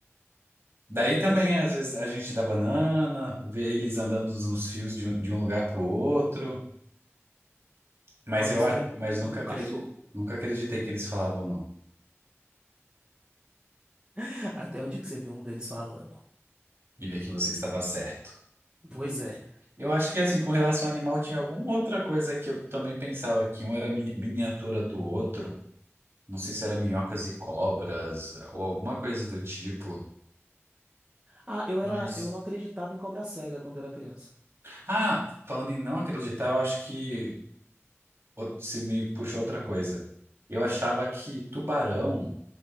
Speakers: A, on the right (about 55°); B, on the right (about 15°).
A: Daí também,
B: Eu chamo
A: às
B: de
A: vezes,
B: mico.
A: a gente dá banana, vê eles andando nos fios de um, de um lugar pro outro. Mas
B: Uma vez
A: eu, a-
B: eu já vi ele
A: mas
B: brigando
A: nunca
B: com
A: acreditei,
B: um cachorro.
A: nunca acreditei que eles falavam não.
B: <laughs> Até onde que você viu um deles falando?
A: E vi que você estava certo.
B: Pois é.
A: Eu acho que, assim, com relação ao animal, tinha alguma outra coisa que eu também pensava que um era mi- miniatura do outro. Não sei se era minhocas e cobras ou alguma coisa do tipo.
B: Ah, eu era,
A: Mas.
B: eu não acreditava em cobra cega quando eu era criança.
A: Ah, falando em não acreditar, eu acho que out- se me puxou outra coisa. Eu achava que tubarão